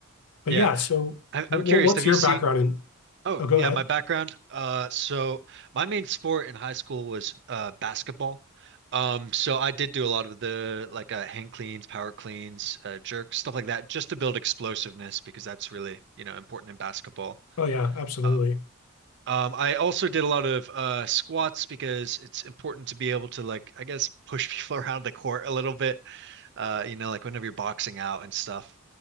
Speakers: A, on the left; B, on the right.
A: But
B: yeah,
A: yeah, so
B: I,
A: what,
B: I'm curious.
A: what what's
B: Have you
A: your
B: seen?
A: background in?
B: Oh,
A: Oh, go
B: yeah,
A: ahead.
B: my background. Uh, so my main sport in high school was uh, basketball. Um, so I did do a lot of the like uh, hang cleans, power cleans, uh, jerks, stuff like that, just to build explosiveness because that's really, you know, important in basketball.
A: Oh yeah, absolutely.
B: Uh, Um, I also did a lot of uh, squats because it's important to be able to like, I guess, push people <laughs> around the court a little bit. Uh, you know, like whenever you're boxing out and stuff.